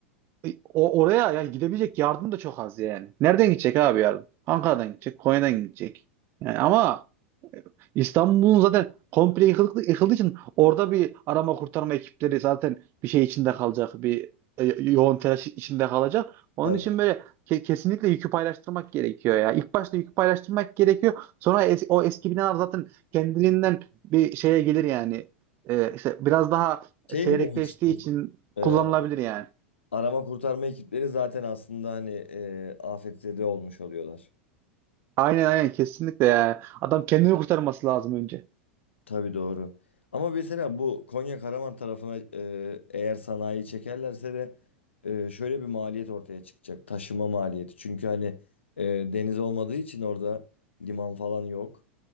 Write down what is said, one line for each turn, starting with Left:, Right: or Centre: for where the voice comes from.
Right: e, O, oraya yani gidebilecek yardım da çok az yani. Nereden gidecek abi yardım? Ankara'dan gidecek, Konya'dan gidecek. Yani ama İstanbul'un zaten komple yıkıldığı, yıkıldığı için orada bir arama kurtarma ekipleri zaten bir şey içinde kalacak, bir e, yoğun telaş içinde kalacak. Onun
Left: Tabii.
Right: için böyle ke- kesinlikle yükü paylaştırmak gerekiyor ya. İlk başta yükü paylaştırmak gerekiyor. Sonra es- o eski binalar zaten kendiliğinden bir şeye gelir yani. E, işte biraz daha
Left: Şey
Right: seyrekleştiği
Left: mi demek istiyorsun?
Right: için
Left: Ee,
Right: kullanılabilir yani.
Left: arama kurtarma ekipleri zaten aslında hani e, afetzede olmuş oluyorlar.
Right: Aynen aynen kesinlikle ya. Adam kendini kurtarması lazım önce.
Left: Tabii doğru. Ama mesela bu Konya Karaman tarafına e, eğer sanayi çekerlerse de e, şöyle bir maliyet ortaya çıkacak. Taşıma maliyeti. Çünkü hani e, deniz olmadığı için orada liman falan yok.